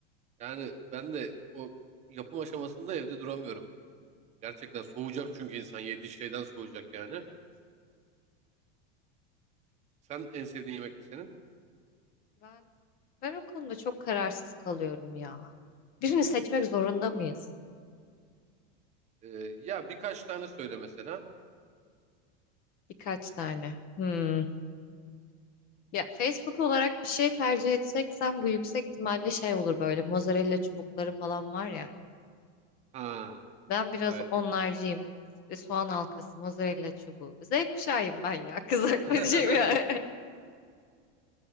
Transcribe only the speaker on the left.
Evet.
Ben ben o konuda çok kararsız kalıyorum ya. Birini seçmek zorunda mıyız?
Birkaç tane. Hmm. Ya Facebook olarak bir şey tercih etsek bu yüksek ihtimalle şey olur böyle mozzarella çubukları falan var ya.
Ben biraz
onlarcıyım. E, soğan halkası, mozzarella çubuğu. Z kuşağıyım ben ya. <laughs> Kızartmacıyım
ya.